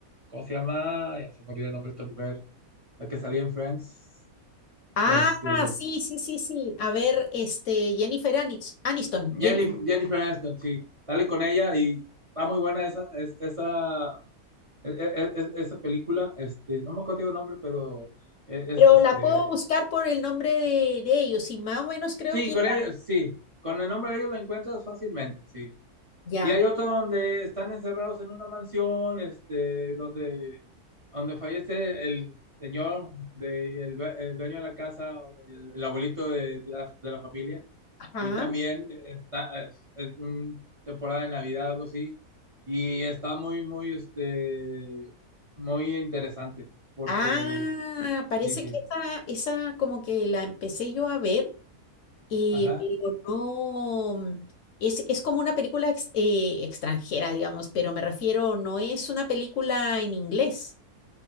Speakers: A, on the right (about 35°); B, on the left (about 65°).
A: ¿cómo se llama? Ya se me olvidó el nombre de esta mujer, la que salía en Friends.
B: Ah,
A: Este,
B: sí, sí, sí, sí. A ver, este, Jennifer Anis- Aniston. Jennifer-
A: Jennifer, Jennifer Aniston, sí, sale con ella y está muy buena esa, es- esa, e- e- e- esa película. Este, no me acuerdo el nombre, pero es,
B: Pero
A: es, este,
B: la puedo buscar por el nombre de, de ellos y más o menos creo
A: Sí,
B: que
A: con ellos, sí. Con el nombre de ellos la encuentras fácilmente, sí.
B: Ya,
A: Y hay otro donde están encerrados en una mansión, este, donde, donde fallece el señor, de, el, due- el dueño de la casa, el, el abuelito de, de la, de la familia.
B: ajá.
A: Y también está, es, es un temporada de Navidad, algo así. Y está muy, muy, este, muy interesante, porque,
B: Ah, parece
A: sí, sí.
B: que esa, esa como que la empecé yo a ver, eh,
A: Ajá.
B: pero no, es, es como una película ex- eh, extranjera, digamos, pero me refiero, no es una película en inglés,